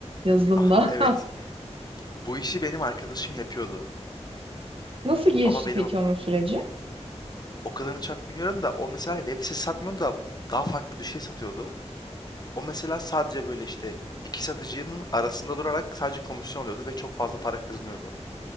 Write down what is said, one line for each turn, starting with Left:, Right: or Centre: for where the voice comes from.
Right: yazılımda.
Left: Ah evet bu işi benim arkadaşım yapıyordu
Right: <laughs> Nasıl gelişti
Left: ama benim
Right: peki onun süreci?
Left: o kadarını çok bilmiyorum da o mesela hani web sitesi satmıyordu da daha farklı bir şey satıyordu. O mesela sadece böyle işte iki satıcının arasında durarak sadece komisyon alıyordu ve çok fazla para kazanıyordu.